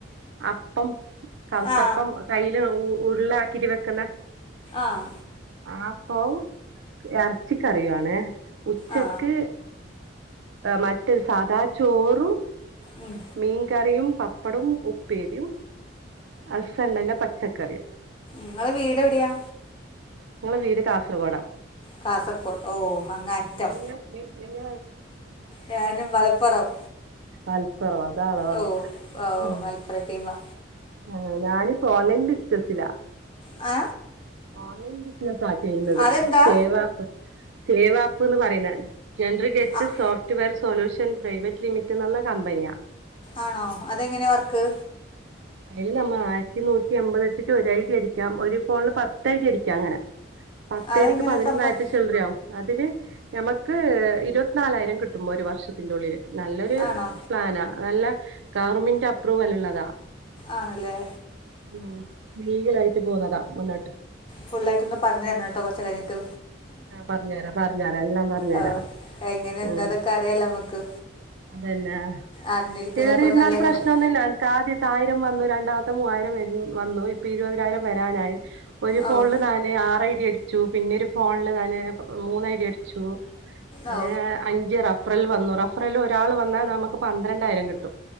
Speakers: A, on the right; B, on the left.
A: അപ്പം കളുത്തപ്പം
B: ആ
A: കയ്ൽ ഉ ഉരുളാക്കിട്ട വെക്കുന്ന
B: ആഹ
A: ആപ്പം ഇറച്ചി കറിയുവാണേ ഉച്ചക്ക്
B: ആ
A: മറ്റൊ സാദാ ചോറും
B: ഉം.
A: മീൻ കറിയും പപ്പടും ഉപ്പേരിയും അസണ്ടന്റെ പ ചെക്കറിയോ
B: നിങ്ങള് വീട് എവിടെയാ
A: നിങ്ങളെ വീട് കാസർഗോഡാ
B: കാസർഗോഡ് ഓ അങ്ങ അറ്റം
A: നിങ്ങ നി നിങ്ങ
B: ഞാനും മലപ്പുറം
A: അല് പർവതാ ആളോ
B: ഓ ഓ
A: ഉം
B: മലപ്പുറം ടീമാ
A: ആ ഞാനിപ്പോ ഓൺലൈൻ ബിസിനസിലാ
B: ആ
A: ഓലൈൻ ബിസിനസ് ആ ചെയ്യുന്നത്
B: അതെന്താ
A: സേവാ ആപ്പ് സേവാ ആപ്പ് പറയുന്നത് ജനറഗറ്റ്
B: അ-
A: software solution private limited എന്നുള്ള കമ്പനിയാ
B: ആണോ അതെങ്ങനെ വർക്ക്
A: അതില് നമ്മ ആയിരത്തി നൂറ്റി എമ്പത എട്ട് ഐഡി ആയിരിക്കാം ഒരു ഫോണില് പത്ത് തറ്റടരിക്കാം അങ്ങനെ പത്തടിക്ക്
B: അതെങ്ങനെ
A: പതിനൊന്നായിരട്ട
B: സംഭവം
A: ചെളറിയോ അതിന് നഞമ്മക്ക് ഇരുപത്തിനാലായിരം കിട്ടുമോ ഒരു വർഷത്തിന്റെറെ ഉള്ളില് നല്ലൊരു
B: ആണോ
A: പ്ലാനാ അല്ല ഗവർമെന്റ് അപ്രൂവൽ ഉള്ളതാ
B: ആണല്ലേ
A: ഉ ലീഗലായിട്ട് പോന്നതാ മുന്നോട്ട്
B: ഫുൾായിട്ടൊന്ന് പറഞ്ഞഞ് തരണം കേട്ടോ കുറ കഴിഞ്ഞിട്ട്
A: പറഞ്ഞു തരാം പറഞ്ഞു തരാം എല്ലാം പറഞ്ഞു
B: ഓ
A: തരാം
B: എങ്ങനെ
A: ഉം
B: എന്താതൊക്കെ അറിയാലോ നമുക്ക്
A: പിന്നാ
B: അറിഞ്ഞിരിക്കുന്നൊക്കെ
A: കേറിയിരുന്നാൽ
B: ഒരു നല്ല
A: പ്രശ്നം
B: കാര്യം
A: ഒന്നൂല്ല്യ എനിക്ക് ആദ്യത്തെ ആയിരം വന്ന് രണ്ടാമത്തെ മൂവായിരം വ വന്നു ഇപ്പൊ ഇരുപതിനായിരം വരാനായി ഒരു ഫോണില്താനെ
B: ഓ
A: ആറ് ഐ ഡി അടിക്ക ചൂ പിന്നെരു ഫോണില് ഞാന് മൂന്നായിഐടി അടിച്ചു
B: ഓ
A: ഏ അഞ്ച് റഫറൽ വന്ന മൂറഫറൽ ഒരാൾ വന്നാൽ നമുക്ക് പന്ത്രണ്ടായിരം കിട്ടും